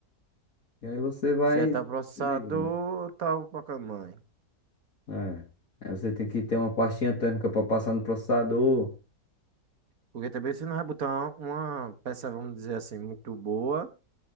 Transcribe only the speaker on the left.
E aí você vai.
Entendi.
É. Aí você tem que ter uma pastinha térmica para passar no processador.